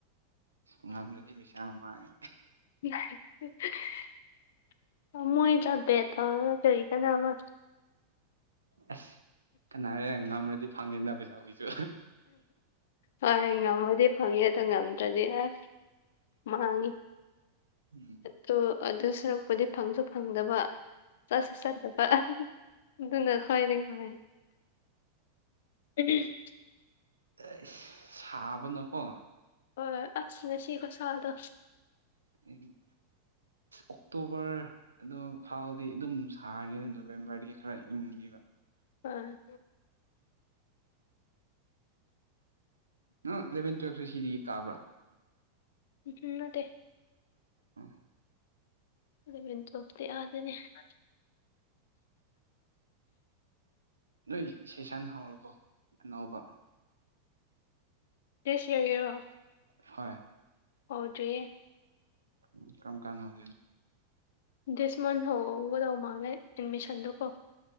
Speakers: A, on the right; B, on the left.
A: ꯉꯝꯗꯔꯗꯤ ꯁꯥ ꯑꯃꯥꯏꯦ
B: <inaudible> <unintelligible>
A: ꯑꯁ ꯀꯅꯥꯔꯦ ꯉꯝꯔꯗꯤ ꯐꯪꯉꯦꯗ ꯄꯩꯁꯥ ꯀꯣꯏꯁꯨ
B: ꯍꯣꯏ ꯉꯝꯃꯗꯤ ꯐꯪꯉꯦ ꯑꯗꯣ ꯉꯝꯗ꯭ꯔꯗꯤ ꯑꯁ ꯃꯥꯡꯉꯤ
A: ꯎꯝ
B: ꯑꯗꯨꯣ ꯑꯗꯨ ꯁꯔꯛꯄꯨꯗꯤ ꯐꯪꯁꯨ ꯐꯪꯗꯕ ꯆꯠꯁꯤ ꯆꯠꯅꯕ ꯑꯗꯨꯅ ꯈ꯭ꯋꯥꯏꯔꯅꯨꯡꯥꯏ <inaudible>
A: ꯑꯩꯆ ꯁꯥꯕꯅꯀꯣ
B: ꯍꯣꯏ ꯑꯆ ꯉꯁꯤꯒꯤ ꯈꯨꯁꯥꯗꯣ
A: ꯎꯝ ꯑꯣꯛꯇꯣꯕꯔ ꯑꯗꯨ ꯐꯥꯎꯗꯤ ꯑꯗꯨꯝ ꯁꯥꯔꯅꯤ ꯑꯗꯨ ꯅꯣꯕꯦꯝꯕꯔꯗꯒꯤ ꯈꯔ ꯏꯪꯉꯤꯕ
B: ꯑ
A: ꯅꯪ ꯑꯦꯂꯚꯦꯟ ꯇꯨꯋꯜꯞꯇ ꯁꯤꯗꯒꯤ ꯀꯥꯕ꯭ꯔꯥ
B: ꯎꯝ ꯅꯗꯦ
A: ꯎꯝ
B: <unintelligible>
A: ꯅꯣꯏ ꯁꯤꯁꯟ ꯍꯧꯔꯕꯣ ꯑꯅꯧꯕ
B: ꯗꯤꯁ ꯌꯤꯔ
A: ꯍꯣꯏ
B: ꯑꯣꯗ꯭ꯔꯤꯌꯦ
A: ꯎꯝ ꯀꯝ ꯀꯥꯟ ꯍꯧꯗꯣꯏꯅꯣ
B: ꯗꯤꯁ ꯃꯟꯠ ꯍꯧꯒꯗꯧꯕ ꯃꯥꯡꯂꯦ ꯑꯦꯗꯃꯤꯁꯟꯗꯨꯀꯣ